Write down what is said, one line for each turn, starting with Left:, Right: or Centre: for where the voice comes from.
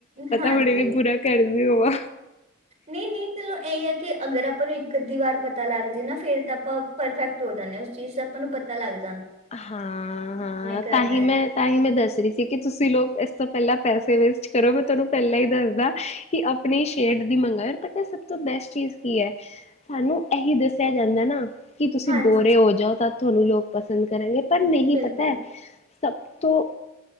Right: ਹਾਂਜੀ
Left: ਹੁਣੇ ਵੀ ਬੁਰਾ ਕਰਦੀ ਹੋਵਾਂ
Right: ਨਹੀਂ-ਨਹੀਂ ਚਲੋ ਇਹ ਹੈ ਕਿ ਅਗਰ ਆਪਾਂ ਨੂੰ ਇੱਕ ਅੱਧੀ ਵਾਰ ਪਤਾ ਲੱਗ ਜੇ ਨਾ ਫੇਰ ਤਾਂ ਪ-ਪਰਫੈਕਟ ਹੋ ਜਾਂਨੇ ਹਾਂ ਉਸ ਚੀਜ਼ ਆਪਾਂ ਨੂੰ ਪਤਾ ਲੱਗਦਾ
Left: ਹਾਂ-ਹਾਂ,
Right: ਕਰਨਾ
Left: ਤਾਂਹੀ
Right: ਹੈ
Left: ਮੈਂ ਤਾਂਹੀ ਮੈਂ ਦੱਸ ਰਹੀ ਸੀ ਕਿ ਤੁਸੀਂ ਲੋਕ ਇਸ ਤ ਪਹਿਲਾਂ ਪੈਸੇ ਵੇਸਟ ਕਰੋ ਗੇ ਤੁਹਾਨੂੰ ਪਹਿਲਾਂ ਹੀ ਦੱਸਦਾ ਕਿ ਆਪਣੀ ਸ਼ੈਡ ਦੀ ਮੰਗਵਾਏ ਪਤਾ ਸਭ ਤੋਂ ਬੈਸਟ ਚੀਜ਼ ਕੀ ਹੈ, ਸਾਨੂੰ ਇਹੀ ਦੱਸਿਆ ਜਾਂਦਾ ਨਾ ਕੀ ਤੁਸੀਂ
Right: ਹਾਂਜੀ
Left: ਗੋਰੇ ਹੋ ਜਾਓ ਤਾਂ ਤੁਹਾਨੂੰ ਲੋਕ ਪਸ ਪਸੰਦ ਕਰਨਗੇ। ਪਰ, ਨਹੀਂ
Right: ਬਿਲਕੁਲ
Left: ਪਤਾ ਸਭ ਤੋਂ